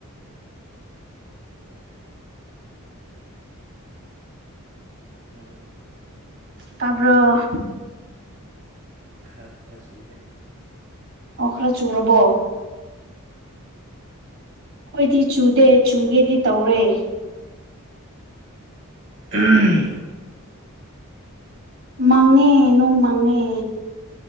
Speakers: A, on the right; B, on the right.
A: ꯎꯝ
B: ꯇꯥꯔꯕ
A: ꯑꯩꯈꯣꯏꯗꯗꯤ ꯈꯔ ꯈꯔ ꯁꯂꯦ
B: ꯑꯣꯈꯔ ꯆꯨꯔꯕꯣ ꯍꯣꯏꯗꯤ ꯆꯨꯗꯦ ꯆꯨꯒꯦꯗꯤ ꯇꯧꯔꯦ
A: ꯎꯝ
B: ꯃꯥꯡꯉꯦ ꯅꯣꯡ ꯃꯥꯡꯉꯦ